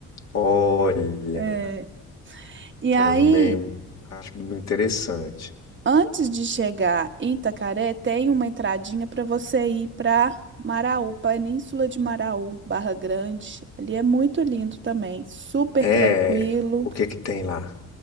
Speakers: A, on the left; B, on the right.
A: Olha.
B: É. E
A: Também
B: aí
A: acho interessante.
B: Antes de chegar em Itacaré, tem uma entradinha para você ir para Maraú, Península de Maraú, Barra Grande. Ali é muito lindo também, super
A: É,
B: tranquilo.
A: o que que tem lá?